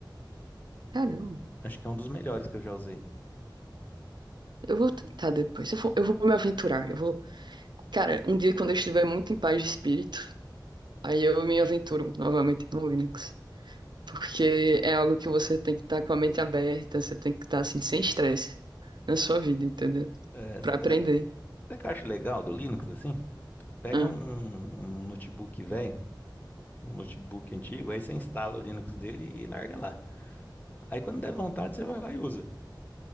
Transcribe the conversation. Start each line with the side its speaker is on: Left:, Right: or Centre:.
Right: caramba,
Left: Acho que é um dos melhores que eu já usei.
Right: eu vou tentar depois. Eu vou, eu vou me aventurar. Eu vou, cara, um dia quando eu estiver muito em paz de espírito, aí eu me aventuro novamente no Linux. Porque é algo que você tem que estar com a mente aberta, você tem que estar assim, sem estresse na sua vida, entendeu?
Left: É,
Right: Pra
Left: sa-
Right: aprender.
Left: sa- sabe o que eu acho legal do Linux, assim? Pega
Right: Hã?
Left: um, um notebook velho, um notebook antigo, aí você instala o Linux dele e larga lá. Aí quando der vontade, você vai lá e usa.